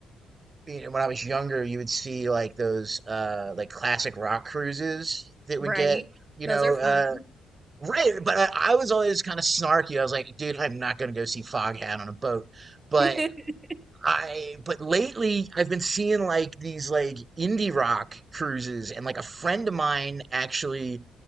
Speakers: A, on the right (about 30°); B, on the right (about 15°).
A: you know, when I was younger, you would see like those uh like classic rock cruises that
B: Right.
A: would get, you
B: Those
A: know,
B: are fun.
A: uh right, but I, I was always kind of snarky. I was like, dude, I'm not gonna go see Foghat on a boat. But
B: <laughs>
A: I but lately I've been seeing like these like indie rock cruises and like a friend of mine actually